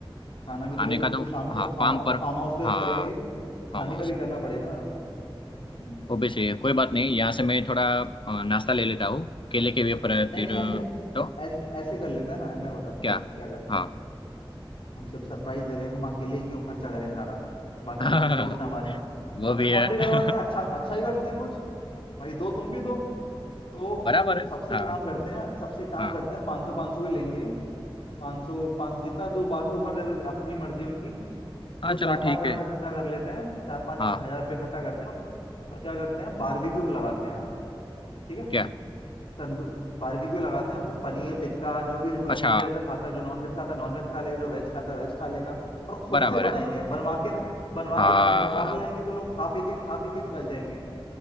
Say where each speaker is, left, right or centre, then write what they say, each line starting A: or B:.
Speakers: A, on the left; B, on the left.
A: खाना भी
B: खाने
A: तो भाई
B: का
A: जब
B: तो
A: शाम को
B: हाँ
A: फार्म
B: फार्म पर
A: फार्म हाउस पे
B: हाँ
A: करेंगे तो खाने
B: Farm house
A: का भी करना पड़ेगा ना हम्म
B: वो भी सही है कोई बात
A: ये
B: नहीं यहाँ से मैं थोड़ा अ, नाश्ता ले लेता हूँ केले के वेफर है फिर
A: नहीं नहीं ऐसे
B: तो
A: ऐसे ऐसे कर लेते हैं ना मैं बताता
B: क्या
A: हूँ कैसे क्या करते
B: हाँ
A: हैं हम सिर्फ सरप्राइज दे रहे हैं हम अकेले ही क्यों खर्चा करें सारा बाकी
B: <laughs>
A: जितने दोस्त हैं हमारे
B: वो
A: सबसे
B: भी
A: कॉन्ट्री
B: है
A: करवाते हैं अच्छा अच्छा ही करते हैं कुछ भाई दो तुम भी दो तो
B: बराबर है
A: सबसे
B: हाँ
A: एक काम करते हैं सबसे एक काम
B: हाँ
A: करते हैं पाँच सौ पाँच सौ भी लेंगे पाँच सौ पाँच सौ जितना जो बाकी ऊपर दे रहे अपनी मर्जी है उनकी
B: हाँ
A: कुछ
B: चलो
A: चार
B: ठीक
A: पांच हजार
B: है
A: रुपये इकट्ठा कर लेते हैं चार पांच
B: हाँ
A: हजार रुपये इकट्ठा करते हैं और और क्या करते हैं बारबेक्यू लगाते हैं ठीक है
B: क्या
A: तंदू बारबेक्यू लगाते हैं उसमें पनीर टिक्का जो भी जो
B: अच्छा
A: भी जैसा खाता है जो नॉनवेज खाता है नॉनवेज खा लेगा जो वेज खाता है वेज खा लेगा और खुद
B: बराबर
A: से बनाएंगे
B: है
A: बनवा के बनवा
B: हाँ
A: के नहीं लाएंगे बनवा के लाएंगे तो लोग खा पी के खा पी के निकल जाएंगे